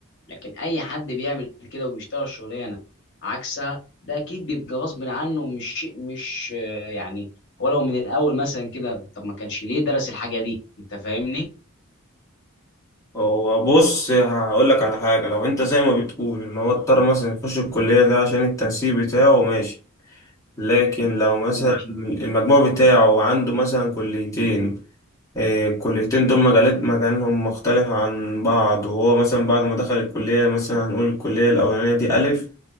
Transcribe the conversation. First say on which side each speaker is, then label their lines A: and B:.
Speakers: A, on the left; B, on the left.
A: لكن اي حد بيعمل كده وبيشتغل شغلانه عكسها ده اكيد بيبقى غصب عنه مش شيء مش آه، يعني ولو من الاول مثلا كده طب ما كانش ليه درس الحاجه دي انت فاهمني
B: هو بص هقولك على حاجة لو انت زي ما بتقول ان هو اضطر مثلا يخش الكلية ده عشان التنسيق بتاعه ماشي لكن لو مثلا
A: ماشي
B: المجموع بتاعه عنده مثلا كليتين الكليتين دول مجالات مجالهم مختلف عن بعض وهو مثلا بعد ما دخل الكلية مثلا هنقول الكلية الأولانية دي ألف